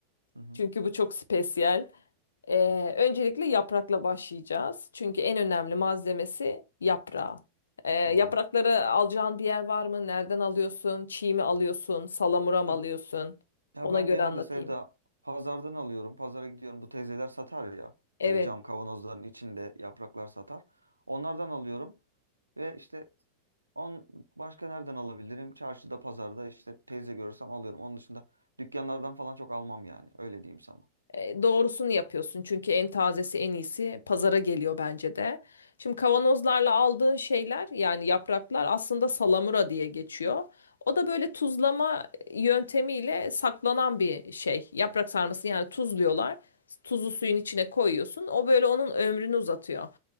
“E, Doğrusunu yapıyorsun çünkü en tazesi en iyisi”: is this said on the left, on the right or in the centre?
Left